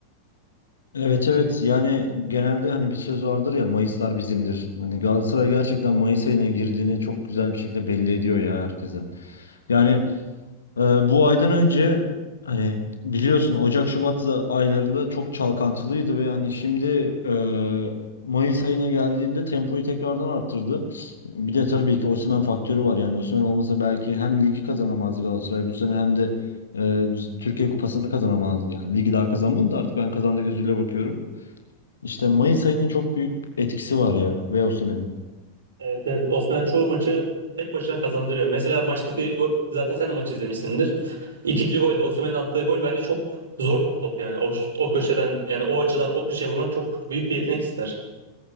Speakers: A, on the left; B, on the right.
A: Evet evet yani genelde hani bir söz vardır ya Mayıslar bizimdir. Hani Galatasaray gerçekten Mayıs ayına girdiğini çok güzel bir şekilde belli ediyor ya herkese. Yani Ee, bu aydan önce hani biliyorsun Ocak Şubat za- aylarında çok çalkantılıydı ve yani şimdi e, Mayıs ayına geldiğinde tempoyu tekrardan arttırdı. Bir de tabii ki Osimhen faktörü var yani Osimhen olmasa belki hem ligi kazanamazdı Galatasaray bu sene hem de e, Türkiye Kupası'nı kazanamazdı yani. Ligi daha kazanmadı da artık ben kazandı gözüyle bakıyorum. İşte Mayıs ayının çok büyük etkisi var ya ve Osimhen'in.
B: Evet, evet. Osman çoğu maçı tek başına kazandırıyor. Mesela maçtaki gol, zaten sen de maçı izlemişsindir. İkinci golde Osimhen'in attığı gol bence çok zor bir top yani. O, o köşeden yani o açıdan o köşeye vurmak çok büyük bir yetenek ister.